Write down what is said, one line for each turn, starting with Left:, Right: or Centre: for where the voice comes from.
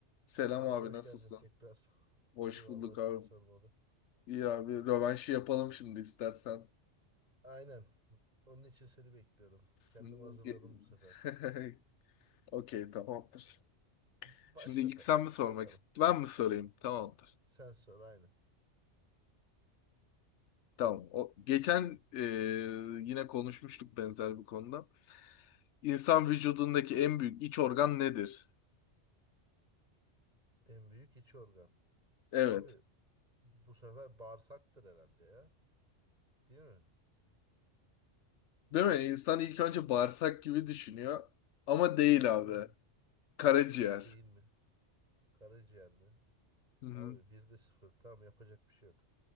Left: Selam
Right: Kanka
Left: abi
Right: hoş
Left: nasılsın?
Right: geldin tekrar.
Left: Hoş
Right: İyi valla
Left: bulduk
Right: seni
Left: abi.
Right: sormalı.
Left: İyi abi rövanşı yapalım şimdi istersen.
Right: Aynen. Onun için seni bekliyorum. Kendimi
Left: Hmm,
Right: hazırladım
Left: ge-
Right: bu sefer.
Left: <laughs> Okey tamamdır.
Right: Başla
Left: Şimdi ilk
Right: sen.
Left: sen mi sormak
Right: Bakalım.
Left: istiyorsun? Ben mi sorayım? Tamamdır.
Right: Sen sor aynı.
Left: Tamam. O, geçen e, yine konuşmuştuk benzer bir konuda. İnsan vücudundaki en büyük iç organ nedir?
Right: En büyük iç organ.
Left: Evet.
Right: Abi bu sefer bağırsaktır herhalde ya. Değil mi?
Left: Değil mi? İnsan ilk önce bağırsak gibi düşünüyor. Ama değil
Right: Abi
Left: abi.
Right: o
Left: Karaciğer.
Right: değil mi? Karaciğer mi?
Left: Hı hı.
Right: Abi bir de sıfır. Tamam yapacak bir şey yok.